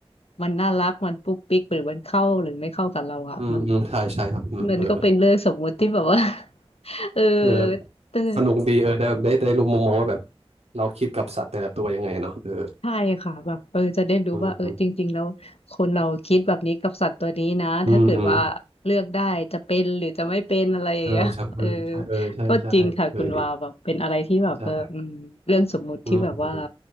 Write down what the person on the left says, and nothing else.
มันน่ารักมันปุ๊กปิ๊กหรือมันเข้าหรือไม่เข้ากับเราอะมัน
มันก็เป็นเรื่องสมมุติที่แบบว่า เออ
แต่
ใช่ค่ะแบบเออจะได้รู้ว่าเออจริงๆแล้วคนเราคิดแบบนี้กับสัตว์ตัวนี้นะถ้าเกิดว่าเลือกได้จะเป็นหรือจะไม่เป็นอะไรอย่างเงี้ยเออ
ก็จริงค่ะคุณวาแบบเป็นอะไรที่แบบเอออืมเรื่องสมมุติที่แบบว่า